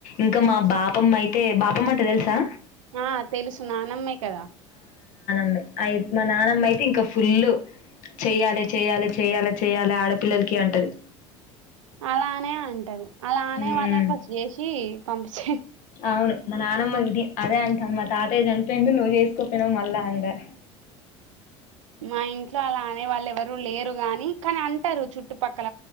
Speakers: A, on the left; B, on the right.
A: ఇంకా మా బాపమ్మ అయితే బాపమ్మ అంట తెలుసా
B: ఆ తెలుసు నానమ్మే కదా
A: నే అయి మా నాన్నమ్ అయితే ఇంకా ఫు ఫుల్లు చేయ్యాలే చెయ్యాలే చెయ్యాలె చెయ్యాలె ఆడపిల్లలకి అంటది
B: అలానే అంటరు అలా అనే
A: మ్మ్
B: వాళ్ళకు చేసి పంపించ
A: అవును నానమ్మది ఆడ అ మతతే జన్ <unintelligible> రెండు నువ్వు చేసుకోపోయినాఊ మళ్ళా అండ ఆ
B: మా ఇంట్లో అలా ఆనే వాళ్ళు ఎవరు లేరు గాని కాని అంటారు చుట్టుపక్క